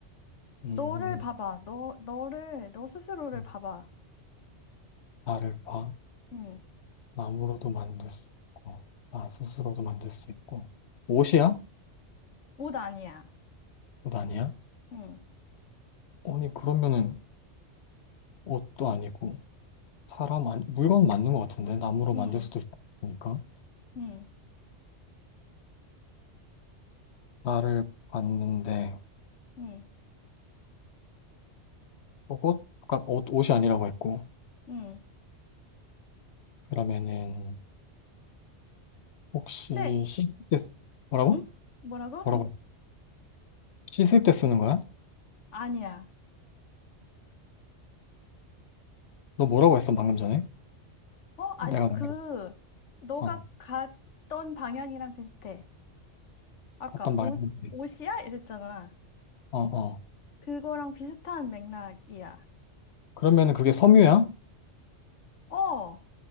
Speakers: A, on the left (about 70°); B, on the left (about 80°).
A: 음, 음,
B: 너를
A: 음.
B: 봐봐. 너, 너를, 너 스스로를
A: 음,
B: 봐봐.
A: 나를 봐.
B: 응.
A: 나무로도 만들 수 있고, 나 스스로도 만들 수 있고. 옷이야?
B: 옷 아니야.
A: 옷 아니야?
B: 응.
A: 아니, 그러면은 옷도 아니고, 사람, 아니, 물건 맞는 것 같은데? 나무로
B: 응.
A: 만들 수도 있으니까.
B: 응.
A: 나를 봤는데,
B: 응.
A: 옷? 아까 옷, 옷이 아니라고 했고,
B: 응.
A: 그러면은, 혹시
B: 근데,
A: 씻을 때, 쓰- 뭐라고?
B: 응? 뭐라고?
A: 뭐라고? 씻을 때 쓰는 거야?
B: 아니야.
A: 너 뭐라고 했어, 방금 전에?
B: 어? 아니,
A: 내가,
B: 그,
A: 만약
B: 너가
A: 어,
B: 갔던 방향이랑 비슷해. 아까
A: 갔단 말인데.
B: 옷, 옷이야? 이랬잖아.
A: 어, 어.
B: 그거랑 비슷한 맥락이야.
A: 그러면은 그게 섬유야?
B: 어!